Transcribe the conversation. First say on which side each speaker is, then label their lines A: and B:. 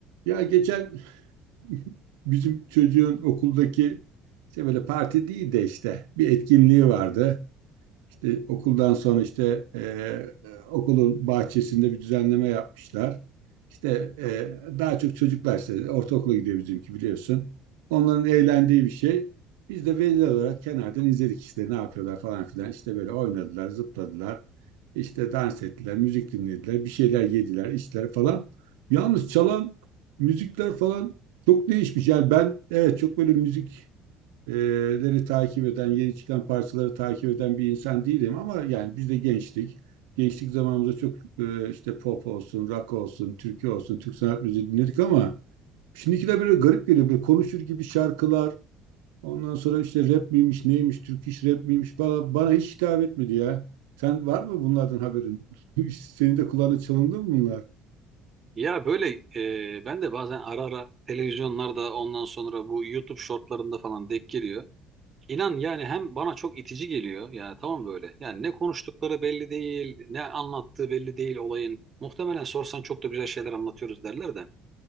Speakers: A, on the right; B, on the right.
A: Ya geçen <laughs> bizim çocuğun okuldaki işte böyle parti değil de işte bir etkinliği vardı. İşte okuldan sonra işte e, okulun bahçesinde bir düzenleme yapmışlar. İşte e, daha çok çocuklar işte ortaokula gidiyor bizimki biliyorsun. Onların eğlendiği bir şey. Biz de veliler olarak kenardan izledik işte ne yapıyorlar falan filan. İşte böyle oynadılar, zıpladılar. İşte dans ettiler, müzik dinlediler, bir şeyler yediler, içtiler falan. Yalnız çalan müzikler falan çok değişmiş. Yani ben evet çok böyle müzik e, leri takip eden, yeni çıkan parçaları takip eden bir insan değilim ama yani biz de gençtik. Gençlik zamanımızda çok e, işte pop olsun, rock olsun, türkü olsun, Türk sanat müziği dinledik ama şimdikiler böyle garip geliyor. Böyle konuşur gibi şarkılar, ondan sonra işte rap miymiş, neymiş, Türk iş rap miymiş bana, bana hiç hitap etmedi ya. Sen var mı bunlardan haberin? <laughs> Senin de kulağına çalındı mı bunlar?
B: Ya böyle e, ben de bazen ara ara televizyonlarda ondan sonra bu YouTube shortlarında falan denk geliyor. İnan yani hem bana çok itici geliyor yani tamam böyle. Yani ne konuştukları belli değil, ne anlattığı belli değil olayın. Muhtemelen sorsan çok da güzel şeyler anlatıyoruz derler de.